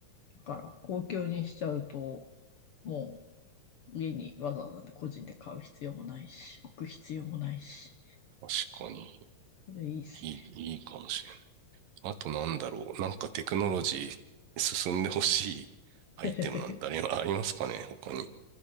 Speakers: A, on the left (about 65°); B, on the right (about 85°).
A: だから公共にしちゃうと、もう家にわざわざ個人で買う必要もないし、置く必要もないし、
B: 確かに
A: これいいです
B: いい、いいかもしれない。あとなんだろう。なんかテクノロジー進んでほしいアイテムなんてあり、
A: ね。
B: <laughs> ありますかね他に。